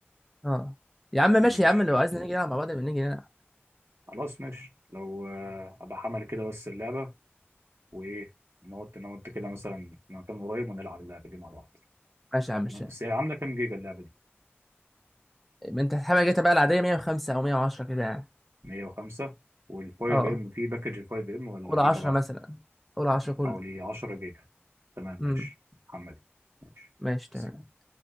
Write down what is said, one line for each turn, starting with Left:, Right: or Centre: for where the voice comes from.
Centre: اه يا عم ماشي
Right: ماشي
Centre: يا عم لو
Right: حلو
Centre: عايز نيجي نلعب مع بعض نبقى نيجي نلعب
Right: خلاص ماشي لو آه، أبقى حمل كده بس اللعبة وإيه نقعد أنا وأنت كده مثلا في مكان قريب ونلعب اللعبة دي مع بعض
Centre: ماشي يا عم ماشي
Right: تمام بس هي عاملة كام جيجا اللعبة دي
Centre: ما انت الحاجه جاتا بقى العاديه 105 او 110 كده يعني
Right: 105 وال 5
Centre: اه
Right: ام في باكج ال 5 ام ولا
Centre: اولى
Right: دي
Centre: 10
Right: تبعها
Centre: مثلا اولى 10 كله
Right: حوالي 10 جيجا تمام ماشي
Centre: امم
Right: حمل ماشي
Centre: ماشي تمام
Right: تسلم.